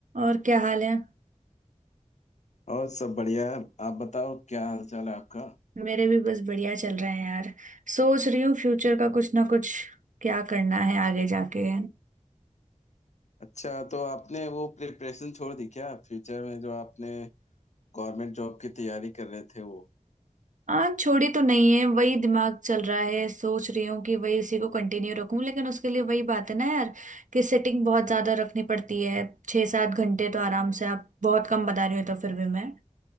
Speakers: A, on the right (about 70°); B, on the left (about 60°).
A: और क्या हाल है
B: और सब बढ़िया है आप बताओ क्या हाल चाल है आपका
A: मेरे भी बस बढ़िया चल रहे हैं यार सोच रही हूँ फ्यूचर का कुछ ना कुछ क्या करना है आगे जाके
B: अच्छा तो आपने वो प्रिपरेशन छोड़ दी क्या फ्यूचर में जो आपने गवर्नमेंट जॉब की तैयारी कर रहे थे वो
A: हाँ छोड़ी तो नहीं है वही दिमाग चल रहा है सोच रही हूँ कि वही इसी को कंटिन्यू रखूं लेकिन उसके लिए वही बात है ना यार कि सेटिंग बहुत ज्यादा रखनी पड़ती है छः सात घंटे तो आराम से आप बहुत कम बता रही हो तो फिर भी मैं